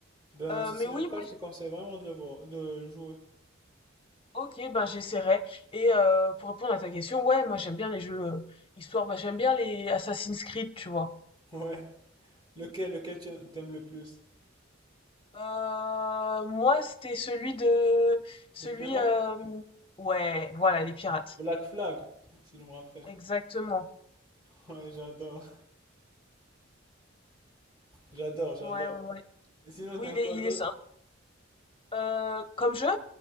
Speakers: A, on the right (about 20°); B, on the left (about 25°).
A: Ben,
B: Euh,
A: si
B: mais
A: c'est
B: oui,
A: le cas,
B: moi,
A: je
B: j'ai-
A: te conseille vraiment de le voir, de le jouer. <laughs>
B: ok, ben j'essaierai. Et euh, pour répondre à ta question, ouais, moi j'aime bien les jeux euh, histoire, bah, j'aime bien les Assassin's Creed, tu vois.
A: Ouais. Lequel, lequel tu aimes- t'aimes le plus?
B: Euh, moi, c'était celui de... Celui...
A: Les pirates?
B: euh, Ouais, voilà, les pirates.
A: Black Flag, si je me rappelle.
B: Exactement.
A: <laughs> Ouais, j'adore. J'adore, j'adore.
B: Ouais, ouais, ouais.
A: Et sinon,
B: Oui,
A: t'aimes
B: il est,
A: quoi
B: il
A: d'autre?
B: est ça. Euh, comme jeu?